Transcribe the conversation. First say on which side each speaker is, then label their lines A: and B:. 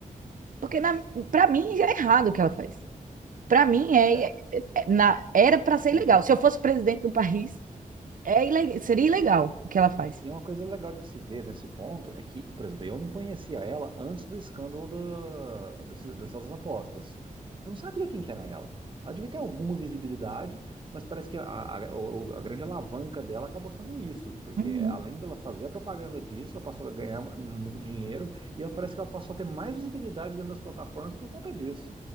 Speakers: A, on the right; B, on the right.
A: Porque na, pra mim já é errado o que ela faz. Pra mim é,
B: É,
A: é- é- na, era pra ser
B: e
A: ilegal. Se eu fosse presidente do país, é ile- seria ilegal o que ela faz.
B: E uma coisa legal de se ver nesse ponto é que, por exemplo, eu não conhecia ela antes do escândalo do- desse- dessas apostas. Eu não sabia quem que era ela. Ela devia ter alguma visibilidade, mas parece que a, a- o- a grande alavanca dela acabou sendo isso, porque
A: Uhum.
B: além dela fazer a propaganda disso, ela passou a ganhar muito dinheiro e ela parece que ela passou a ter mais visibilidade dentro das plataformas por conta disso.